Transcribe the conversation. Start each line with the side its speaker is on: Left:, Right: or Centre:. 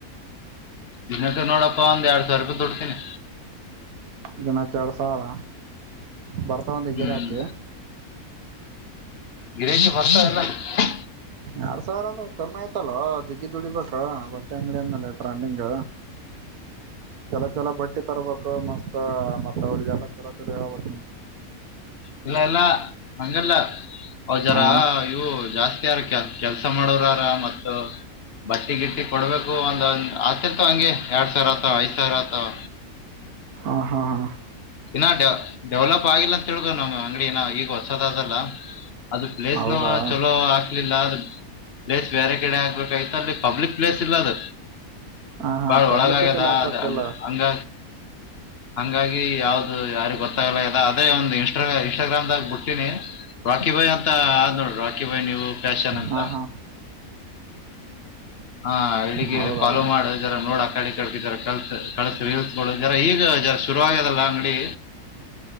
Left: ಇನ್ನಕ್ಕೆ ನೋಡಪ್ಪ ಒಂದ ಎರ್ ಸಾವಿರುಪೈ ದುಡಿತೀನಿ
Right: ದಿನಕ್ಕೆ ಎರಡ್ ಸಾವ್ರ ಬರ್ತಾ ಒಂದು
Left: ಹ್ಮ್
Right: ಗಿರಾಕಿ <inaudible>
Left: ಗಿರಿಶ್ ಬರ್ತಾನಲ್ಲ ಇಲ್ಲ
Right: ಎರಡ್ ಸಾವಿರ ಅಂದ್ರೆ ಕಮ್ಮಿ ಆಯ್ತಲ್ ಜಿಗ್ಗಿ ದುಡಿಬೇಕ ಬಟ್ಟೆ ಅಂಗಡಿ ಅಂದೇ ಟ್ರೆಂಡಿಂಗ್ ಚಲ ಚಲೋ ಬಟ್ಟೆ ತರ್ಬೇಕು ಮಸ್ತ್ ಮತ್ ಅವ್ರಿಗೆಲ್ಲ ಚಲೋ ಚಲೋ ಹೇಳ್ಬೇಕ
Left: ಇಲ್ಲ ಎಲ್ಲ ಹಂಗಲ್ಲ ಅವ ಜರ
Right: ಹಾ
Left: ಇವು ಜಾಸ್ತಿ ಯ ಕೆಲ್ಸ ಮಾಡೋರ ಮತ್ ಬಟ್ಟೆ ಗಿಟ್ಟಿ ಕೊಡ್ಬೇಕು ಒಂದ ಒಂದ್ ಆತಿರ್ತಾವ ಹಂಗೆ ಎರಡ್ ಸಾವಿರ ಆತಾವ ಐದ್ ಸಾವಿರ ಆತಾವ
Right: ಹಾ ಹಾ ಹಾ
Left: ಇನ್ನ ಡೆ ಡೆವಲಪ್ ಆಗಿಲ್ಲ ಅಂತ ತಿೇಳ್ಗೋ ನ್ ಅಂಗಡಿಿನ ಈಗ ಹೊಸದಾದ ಅದು ಪ್ಲೇಸ್
Right: ಹೌದಾ
Left: ನ ಚಲೋ ಹಾಕ್ಲಿಲ್ಲ ಅದು ಪ್ಲೇಸ್ ಬೇರೆ ಕಡೆ ಆಗ್ಬೇಕಾಯ್ತ ಅಲ್ಲಿ ಪಬ್ಲಿಕ್ ಪ್ಲೇಸ್ ಇಲ್ಲ ಅದ
Right: ಹಾ ಹಾ
Left: ಭಾಳ್
Right: ಪಬ್ಲಿಕ್
Left: ಒಳಗಗ್ಯದ
Right: ಇದ್ದಲ್ಲಿ ಹಾಕ್ಬೇಕಲ್ಲ
Left: ಅದ್ ಹಂಗ ಹಂಗ ಹಂಗಾಗಿ ಯಾವ್ದದು ಯಾರಿ ಗೊತ್ತಾಗಲ್ಲ ಇ ಅದೇ ಒಂದು್ ಇನ್ಸ್ಟ ಇನ್ಸ್ಟಾಗ್ರಾಮ್ದಾಗ ಬಿಟ್ಟೀನಿ ರಾಕಿ ಬಾಯ್ ಅಂತ ಆದ್ ನೋಡಿ ರಾಕಿ ಬಾಯ್ ನೀವು ಫ್ಯಾಶನ್ ನಾಂತ
Right: ಹಾ ಹಾ
Left: ಹಾ ಇಡಿ ಗಿಡಿ
Right: ಹೌದಾ
Left: ಗೆ ಫಾಲೋ ಮಾಡ ಜಾರ್ ನೋಡ ಕಳಿ ಕಳಿದರ ಕಲ್ಸ ಕಳಸ ರೀಲ್ಸ್ಗಳು ಈಗ ಶುರುರುವಾಗದಲ್ಲ ಅಂಗಡಿ